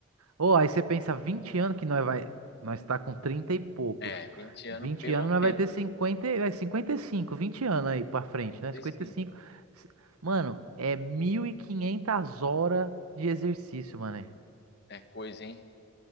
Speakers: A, on the right (about 80°); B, on the left (about 50°).
A: Ou aí você pensa 20 anos que nós vai, nós tá com 30 e poucos.
B: é, vinte 20 anos
A: vinte
B: pelo
A: anos nós
B: menos,
A: vai ter 50 e- é 55, 20 anos aí para frente,
B: vinte
A: né? Cinquenta
B: e cinco
A: e cinco. Mano, é 1.500 horas de exercício, mano.
B: É coisa, hein?